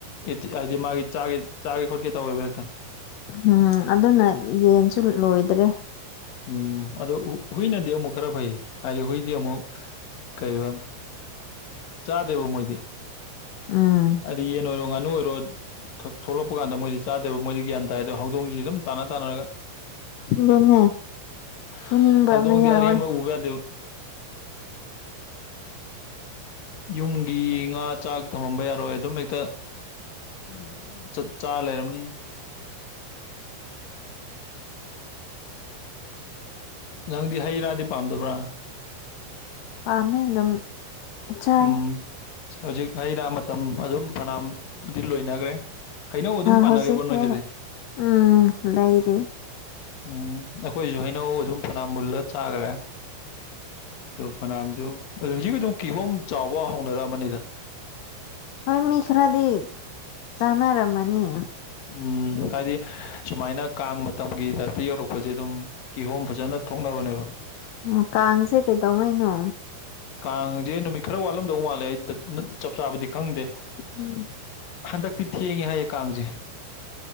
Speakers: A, on the left; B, on the left.
A: ꯑꯦꯇꯛ ꯍꯥꯏꯗꯤ ꯃꯥꯒꯤ ꯆꯥꯒꯦ ꯆꯥꯒꯦ ꯈꯣꯠꯀꯦ ꯇꯧꯋꯦꯕ ꯍꯦꯛꯇ
B: ꯎꯝ ꯑꯗꯨꯅ ꯌꯦꯟꯁꯨ ꯂꯣꯏꯗ꯭ꯔꯦ
A: ꯎꯝ ꯑꯗꯣ ꯍꯨꯏꯅꯗꯤ ꯑꯃꯨꯛ ꯈꯔ ꯐꯩ ꯍꯥꯏꯗꯤ ꯍꯨꯏꯗꯤ ꯑꯃꯨꯛ ꯀꯩꯕ ꯆꯥꯗꯦꯕ ꯃꯣꯏꯗꯤ
B: ꯎꯝ
A: ꯍꯥꯏꯗꯤ ꯌꯦꯟ ꯑꯣꯏꯔꯣ ꯉꯥꯅꯨ ꯑꯣꯏꯔꯣ ꯊꯣꯛꯂꯛꯄ ꯀꯥꯟꯗ ꯃꯣꯏꯗꯤ ꯆꯥꯗꯦꯕ ꯃꯣꯏꯗꯤ ꯒ꯭ꯌꯥꯟ ꯇꯥꯏ ꯑꯗꯣ ꯍꯧꯗꯣꯡꯖꯤ ꯑꯗꯨꯝ ꯇꯥꯟꯅ ꯇꯥꯟꯅꯔꯒ
B: ꯑꯗꯨꯅꯦ
A: <inaudible>
B: ꯐꯨꯅꯤꯡꯕ
A: ꯍꯧꯗꯣꯡꯗꯤ
B: ꯑꯃ ꯌꯥꯎꯋꯦ
A: ꯑꯔꯦꯝꯕ ꯎꯕ ꯌꯥꯗꯦꯕ ꯌꯨꯝꯒꯤ ꯉꯥ ꯆꯥꯛ ꯊꯝꯃꯝꯕ ꯌꯥꯔꯣꯏ ꯑꯗꯨꯝ ꯍꯦꯛꯇ <unintelligible> ꯆꯠꯆꯥ ꯂꯩꯔꯝꯅꯤ ꯅꯪꯗꯤ ꯍꯩ ꯔꯥꯗꯤ ꯄꯥꯝꯗꯕ꯭ꯔꯥ
B: ꯄꯥꯝꯃꯦ ꯑꯗꯨꯝ ꯆꯥꯏ
A: ꯎꯝ ꯍꯧꯖꯤꯛ ꯍꯩ ꯔꯥ ꯃꯇꯝ ꯑꯗꯨꯝ ꯐꯅꯌꯥꯝ ꯗꯤ ꯂꯣꯏꯅꯒ꯭ꯔꯦ ꯍꯩꯅꯧ ꯑꯗꯨꯝ ꯄꯥꯟꯅꯔꯤꯕ
B: ꯍꯧꯖꯤꯛꯁꯦ
A: ꯅꯣꯏꯗꯗꯤ
B: ꯎꯝ ꯂꯩꯔꯤ
A: ꯎꯝ ꯑꯩꯈꯣꯏꯁꯨ ꯍꯩꯅꯧ ꯑꯗꯨꯝ ꯐꯅꯌꯥꯝ ꯃꯨꯜꯂ ꯆꯥꯒ꯭ꯔꯦ ꯐꯅꯌꯥꯝꯖꯨ ꯑꯗꯨ ꯍꯧꯖꯤꯛ ꯑꯗꯨꯝ ꯀꯤꯍꯣꯝ ꯆꯥꯎꯕ ꯍꯧꯅꯔꯛꯑꯝꯅꯤꯗ
B: ꯍꯣꯏ ꯃꯤꯈ꯭ꯔꯥꯗꯤ ꯆꯥꯅ ꯔꯝꯃꯅꯤ
A: ꯎꯝ ꯍꯥꯏꯗꯤ ꯁꯨꯃꯥꯏꯅ ꯀꯥꯡ ꯇꯝꯒꯤ ꯇꯥꯏꯞꯇ ꯌꯧꯔꯛꯄꯖꯦ ꯑꯗꯨꯝ ꯀꯤꯍꯣꯝ ꯐꯖꯅ ꯊꯣꯛꯅꯕꯅꯦꯕ
B: ꯎꯝ ꯀꯥꯡꯁꯦ ꯀꯩꯗꯧꯉꯩꯅꯣ
A: ꯀꯥꯡꯁꯦ ꯅꯨꯃꯤꯠ ꯈꯔ ꯋꯥꯠꯂꯝꯗꯧ ꯃꯥꯜꯂꯦ ꯑꯩꯗ ꯆꯞ ꯆꯥꯕꯗꯤ ꯈꯪꯗꯦ
B: ꯎꯝ
A: ꯍꯟꯗꯛꯇꯤ ꯊꯦꯡꯉꯦ ꯍꯥꯏꯌꯦ ꯀꯥꯡꯖꯦ